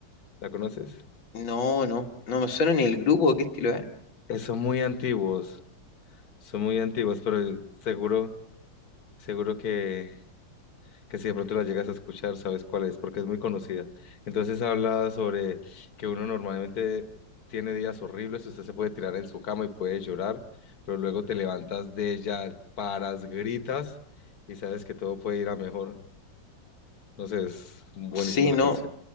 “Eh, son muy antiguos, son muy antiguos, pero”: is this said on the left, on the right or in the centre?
Left